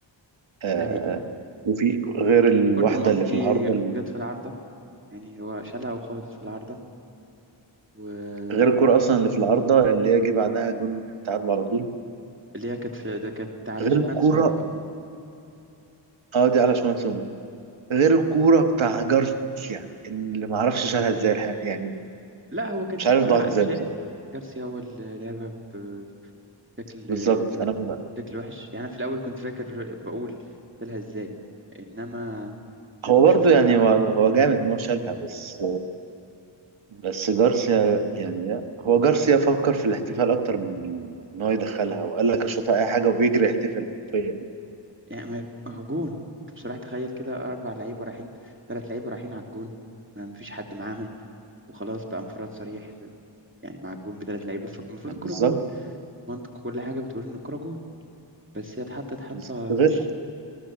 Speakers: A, on the right (about 90°); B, on the right (about 25°).
A: آه،
B: ده حقيقي
A: وفي غير الواحدة
B: كرة المقص
A: اللي
B: دي
A: في العارضة
B: جت في العارضه يعني هو شالها وخبطت في العارضه واللي
A: غير الكرة أصلا اللي في العارضة اللي هي جه بعدها جون التعادل على طول
B: هي كانت في ده كانت على
A: غير
B: شمال
A: الكرة
B: سومر بقى
A: اه دي على شمال سومر غير الكورة بتاع جارسيا اللي ما اعرفش شالها ازاي الح- يعني
B: لا هو كانت
A: مش
B: دي
A: عارف
B: بصراحه
A: ضاعت ازاي
B: انا شايف
A: بصراحة.
B: جارسيا هو اللي لعبها ب- بشكل
A: بالظبط انا ب-
B: بشكل وحش يعني أنا في الأول كنت فاكر بقول شالها إزاي إنما لما
A: هو برضو
B: شفتها
A: يعني هو هو جامد ان هو شالها بس بس جارسيا يعني لا هو جارسيا فكر في الاحتفال اكتر من ان هو يدخلها وقال لك اشوطها اي حاجة وبيجري يحتفل حرفيا
B: يعني ما هو جون أنت بصراحة تخيل كده أربع لعيبة رايحين ثلاث لعيبة رايحين على الجون ما مفيش حد معاهم وخلاص بقى انفراد صريح في يعني مع الجون بثلاث لعيبة فالمفروض
A: يعني
B: الكرة
A: بالظبط
B: جون منطق كل حاجة بتقول إن الكرة جون بس هي اتحطت حطة
A: بالظبط غير
B: مش